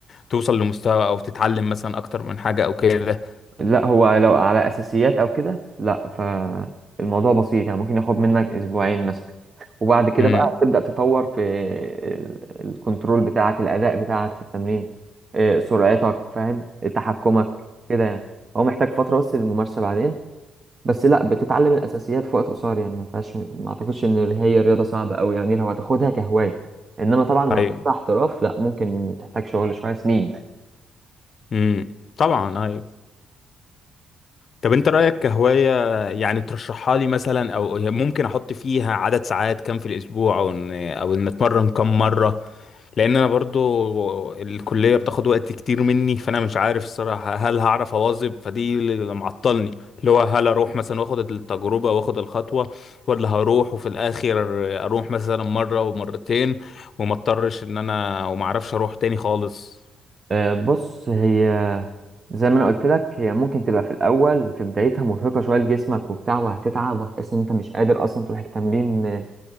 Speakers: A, on the left (about 55°); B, on the right (about 40°).
A: توصل لمستوى او تتعلم مثلا اكتر من حاجه او كده
B: لا هو لو على اساسيات او كده لا فالموضوع بسيط يعني ممكن ياخد منك اسبوعين مثلا وبعد كده
A: امم
B: بقى تبدا تطور في ال- الكنترول بتاعك الاداء بتاعك في التمرين آه، سرعتك فاهم تحكمك كده يعني هو محتاج فتره بس للممارسه بعدين بس لا بتتعلم الاساسيات في وقت قصير يعني ما فيهاش ما اعتقدش ان هي رياضه صعبه قوي يعني لو هتاخدها كهوايه انما طبعا لو
A: ايوه
B: هتاخدها احتراف لا ممكن تحتاج شغل شويه سنين
A: امم طبعا ايوه طب انت رأيك كهواية يعني ترشحها لي مثلا او ممكن احط فيها عدد ساعات كام في الاسبوع او ان او ان اتمرن كام مرة لان انا برضو الكلية بتاخد وقت كتير مني فانا مش عارف الصراحة هل هعرف اواظب فدي اللي معطلني اللي هو هل اروح مثلا واخد التجربة واخد الخطوة ولا هروح وفي الاخر اروح مثلا مرة ومرتين وما اضطرش ان انا وما اعرفش اروح تاني خالص
B: آه، بص هي زي ما انا قلت لك هي ممكن تبقى في الاول في بدايتها مرهقه شويه لجسمك وبتاع وهتتعب وهتحس ان انت مش قادر اصلا تروح التمرين آه،